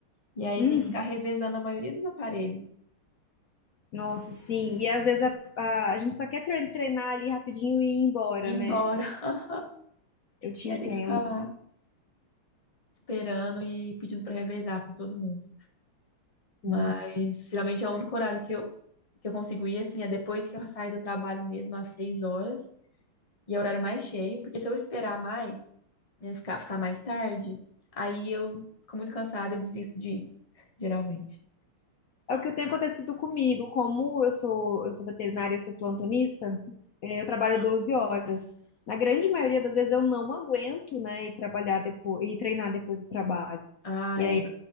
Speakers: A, on the left (about 40°); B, on the left (about 70°).
A: e aí
B: Uhum.
A: tem que ficar revezando a maioria dos aparelhos,
B: Nossa, sim. E às vezes a, a, a gente só quer tre- treinar ali rapidinho e ir embora,
A: ir
B: né?
A: embora, <laughs>
B: Eu te
A: e
B: entendo,
A: aí tem que ficar lá esperando e pedindo para revezar com todo mundo. Mas
B: sim.
A: geralmente é o único horário que eu, que eu consigo ir, assim, é depois que eu saio do trabalho mesmo, às seis horas, E é horário mais cheio, porque se eu esperar mais, né, ficar, ficar mais tarde, aí eu fico muito cansada, eu desisto de ir, geralmente.
B: É o que tem acontecido comigo. Como eu sou, eu sou veterinária, eu sou plantonista, eh, eu trabalho 12 horas. Na grande maioria das vezes eu não aguento, né, e trabalhar depois e treinar depois do trabalho.
A: Ah,
B: E
A: é.
B: aí